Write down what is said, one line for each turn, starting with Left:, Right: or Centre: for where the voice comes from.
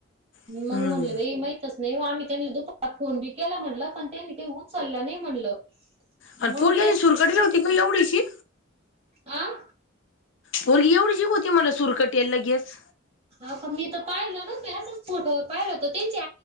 Left: हम्म.
Right: मंग म्हणलं बाई माहीतच नही हो आम्ही त्यांनी दुपा फोन बी केला म्हणल, पण त्याहीनी काही उचलला नाही म्हणलं.
Left: आणि
Right: मग
Left: पोरगी ही सूरकटेल होती ग एवढीशी.
Right: आह?
Left: पोरगी एव्हढीशीक होत मला सुरकटेल लगेच
Right: आता मी तर पाहिलं ना नुसत असच फोटोवर पाहिलं होत ते